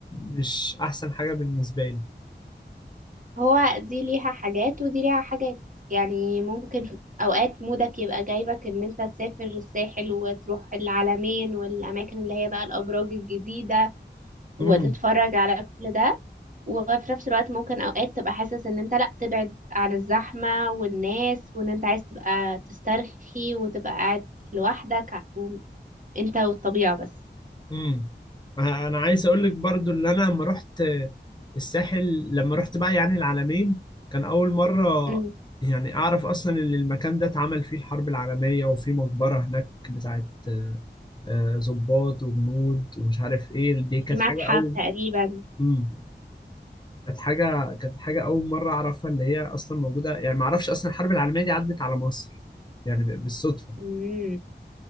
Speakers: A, on the left (about 25°); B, on the right (about 45°).
A: مش احسن حاجه بالنسبه
B: هو دي ليها حاجات ودي ليها حاجات يعني ممكن اوقات مودك يبقى جايبك ان انت تسافر الساحل وتروح العلمين والاماكن اللي هي بقى الابراج الجديدة وتتفرج
A: لي
B: على كل ده وفي نفس الوقت ممكن اوقات تبقى حاسس ان انت لا تبعد عن الزحمة والناس وان انت عايز تبقى تسترخي وتبقى قاعد لوحدك وانت والطبيعة بس
A: امم انا أنا عايز اقول لك برضو اللي انا لما رحت الساحل لما رحت بقى يعني العلمين كان اول مره
B: مم.
A: يعني اعرف اصلا ان المكان ده اتعمل فيه الحرب العالميه وفي مقبره هناك بتاعت آه، آه، ضباط وجنود ومش عارف ايه دي كانت
B: في متحف
A: حاجه اول
B: تقريبا
A: امم كانت حاجه كانت حاجه اول مره اعرفها اللي هي اصلا موجوده يعني ما اعرفش اصلا الحرب العالميه دي عدت على مصر يعني بالصدفه
B: مم.